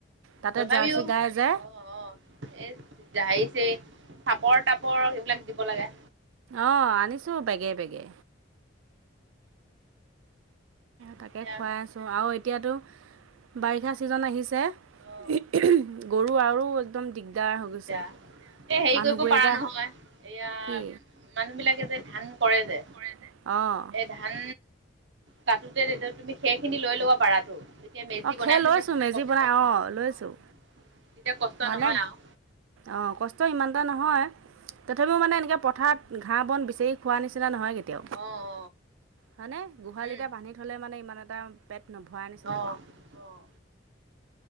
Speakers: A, on the right; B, on the right.
A: তাতে
B: তথাপিও
A: জাৰ্চি গায় যে।
B: অ অ এ জাৰিছে থাপৰ তাপৰ এইবিলাক দিব লাগে।
A: অঁ আনিছোঁ বেগে বেগে। তাকে
B: এয়া
A: খুৱাই আছোঁ আৰু এতিয়াতো বাৰিষা ছিজন আহিছে,
B: অ
A: <unintelligible> গৰু আৰু একদম দিগদাৰ হৈ
B: এতিয়া
A: গৈছে,
B: এই হেৰি
A: মানুহবোৰে
B: কৰিব পাৰা
A: এতিয়া
B: নহয় এয়া
A: কি?
B: মানুহ বিলাকেযে ধান কৰে যে।
A: কৰে যে, অহ।
B: সেই ধান কাটোতে তেতিয়া তুমি সেইখিনি লৈ ল'ব পাৰতো, তেতিয়া মেজি
A: অঁ খেৰ
B: বনাই
A: লৈছোঁ
B: থলে
A: মেজি
B: কষ্ট
A: বনাই
B: নহয়।
A: অঁ লৈছোঁ
B: তেতিয়া কষ্ট
A: মানে
B: নহয় আৰু
A: অ', কষ্ট ইমান এটা নহয়। তথাপিও মানে এনেকে পথাৰত ঘাঁহ বন বিচাৰি খোৱা নিচিনা নহয়গে। তেও,
B: অ অ
A: হয়নে? গোহালিটে
B: উম
A: বান্ধি থলে মানে ইমান এটা পেট নভৰা নিচিনা
B: অ
A: পাওঁ।
B: অ